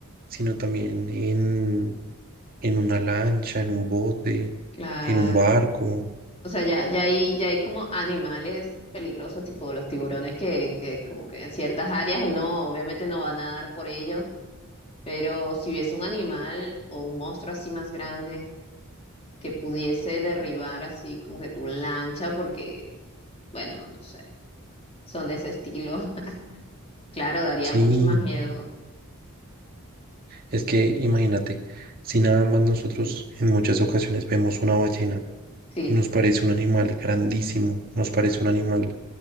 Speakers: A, on the right; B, on the left.
A: sino también en, en una lancha, en un bote,
B: Claro.
A: en un barco.
B: O sea, ya, ya hay, ya hay como animales peligrosos, tipo los tiburones, que, que como que en ciertas áreas uno obviamente no va a nadar por ellos, pero si hubiese un animal o un monstruo así más grande que pudiese derribar así como que tu lancha, porque, bueno, no sé, son de ese estilo, <laughs> claro, daría
A: Sí,
B: mucho más miedo.
A: es que imagínate, si nada más nosotros en muchas ocasiones vemos una ballena
B: Sí,
A: y nos parece un animal grandísimo, nos parece un animal